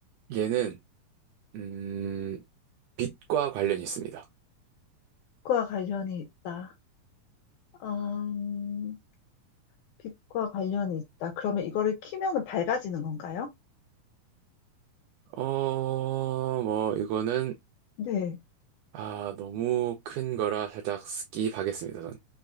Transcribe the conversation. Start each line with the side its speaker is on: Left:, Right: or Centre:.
Right: 얘는 음, 빛과 관련이 있습니다.
Left: 빛과 관련이 있다. 음, 빛과 관련이 있다. 그러면 이거를 키면은 밝아지는 건가요?
Right: 어, 뭐 이거는
Left: 네.
Right: 아, 너무 큰 거라 살짝 스킵하겠습니다, 전.